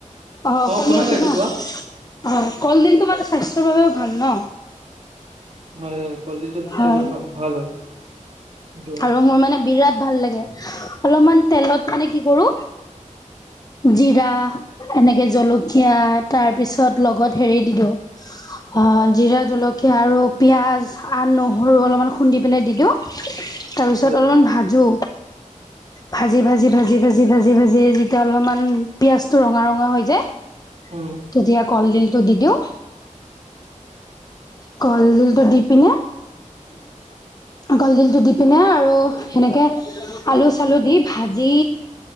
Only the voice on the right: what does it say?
শুনা
পাইছো
কোৱা
হয়, হয়। কলডিলটো স্বাস্থ্য
কৰি ভাল হয় সেইটো
হয় হয়
উম।